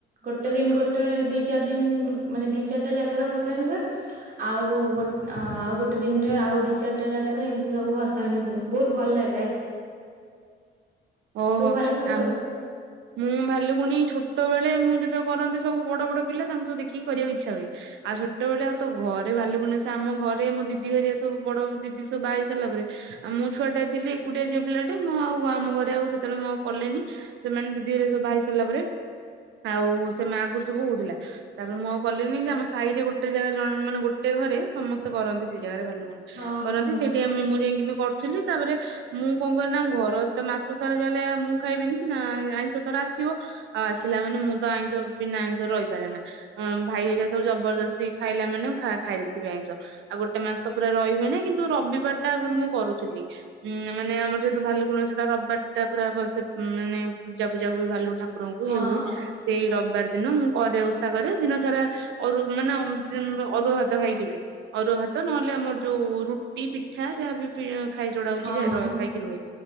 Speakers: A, on the right (about 45°); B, on the right (about 70°).
A: ଗୋଟେ ଦିନ ଗୋଟେ ଦି ଚାରି ଦିନ ମାନେ ଦି ଚାରିଟା ଜାଗାରେ ଭସାଣି ହୁଏ। ଆଉ ଗୋ ଆଉ ଗୋଟେ ଦିନରେ ଆଉ ଦି ଚାରିଟା ଜାଗାରେ ଏମିତି ସବୁ ଭସା- ଭସାଣି ହୁଏ ବହୁତ ଭଲ ଲାଗେ।
B: ଓହୋ
A: ତୁ ଭାଲୁକୁଣୀ
B: ଆମ-
A: କରୁ
B: ମୁଁ ଭାଲୁକୁୁନି ଛୋଟବେେଳେ ମୁଁ ଯେତେବେଳେ କରନ୍ତି ସବୁ ବଡ ବଡ ପିଲା ତାଙ୍କୁ ସବୁ ଦେଖିକି କରିବାକୁ ଇଚ୍ଛା ହୁଏ ଆଉ ଛୋଟବେଳେ ଆଉ ତ ଘରେ ଭାଲୁକୁନି ଓଷା ଆମ ଘରେ ମୋ ଦିଦି ହେରିକା ସବୁ ବଡ ଦିଦି ସବୁ ବାହା ହେଇ ସାରିଲାପରେ ଆଉ ମୁଁ ଛୁଆଟା ଥିଲି ଏକୁଟିଆ ଯିଅ ପିଲାଟେ ମୁଁ ଆଉ ଆମ ଘର- ଆଉ ସେତେବେଳେ ମୁ ଆଉ କଲିନି ସେମାନ ଦିଦି ଘରିକା ସବୁ ବାହା ହେଇ ସାରିଲା ପରେ ଆଉ ସେ ମା ଆଗରୁ ସବୁ ହଉଥିଲା ତାପରେ ମୁଁ ଆଉ କଲିଣିି ଯେ ଆମ ସାହି ରେ ଗୋଟେ ଜାଗା ଜଣ ମାନେ ଗୋଟେ ଘରେ ସମସ୍ତେ କରନ୍ତି ସେଇ ଜାଗାରେ ଭକୁକୁଣି
A: ହଁ
B: କରନ୍ତି
A: ହଁ ହଁ।
B: ସେଠି ଆମେ ମୁଁ ଯାଇକି ବି କରୁଥିଲି ତାପରେ ମୁଁ କଣ କରେନା ଘର ତ ମାସ <unintelligible> ମୁଁ ଖାଇବିନି ସିନା ନା ଆଇଁଷ ତାର ଆସିବ ଆଉ ଆସିଲା ମାନେ ମୁଁ ତ ଆଇଁଷ ବିନା ଆଇଁଷ ରହିପାରେ ନା ହଁ- ଭାଇ ହେରିଆ ସବୁ ଜବରଦସ୍ତି ଖାଇଲା ମାନେ ମୁଁ ଖା-ଦେଇଥିବେ ଆଇଁଷ। ଆଉ ଗୋଟେ ମାସ ପୁରା ରହି ହୁଏନି କିନ୍ତୁ ରବିବାର ଟା ଆଗରୁ ମୁଁ କରୁଥିଲି। ହୁଁ- ମାନେ ଆମର ଯେହେତୁ ଭାଲୁକୁଣି ଓଷାଟା ରବିବାର୍ ଷା ପୁରା ଭଲସେ ମାନେ ପୂଜା ଫୂଜା ହୁଏ ଭାଲୁକୁଣି ଠାକୁରଙ୍କୁ
A: ହଁ।
B: ଇଏ ହୁଏ ସେଇ ରବିବାର୍ ଦିନ ମୁଁ କରେ ଉଷା କରେ ଦିନ ସାରା ଅରୁ- ମାନେ ଅ ଉଁ -ଅରୁଆ ଭାତ ଖାଇକିି ଯିବେ ଅରୁଆ ଭାତ ନହେଲେ ଆମର ଯଉ ରୁଟି ପିଠା ଯାହାବି ଖାଇ ଚଡା ହଉଚି
A: ହଁ
B: ର-ଖାଇକି ରୁହେ